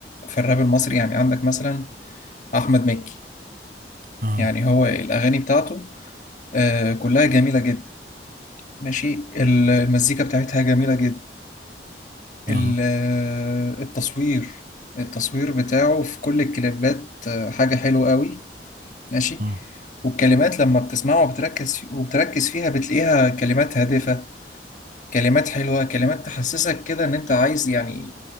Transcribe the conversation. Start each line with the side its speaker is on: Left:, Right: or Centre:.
Left: في الراب المصري يعني عندك مثلا احمد مكي
Right: اه
Left: يعني هو الاغاني بتاعته آه، كلها جميله جدا ماشي ال- المزيكا بتاعتها جميله جدا
Right: اه
Left: ال- آه، التصوير التصوير بتاعه في كل الكليبات آه، حاجه حلوه قوي ماشي
Right: اه
Left: والكلمات لما بتسمعها وبتركز وبتركز فيها بتلاقيها كلمات هادفه كلمات حلوه كلمات تحسسك كده ان انت عايز يعني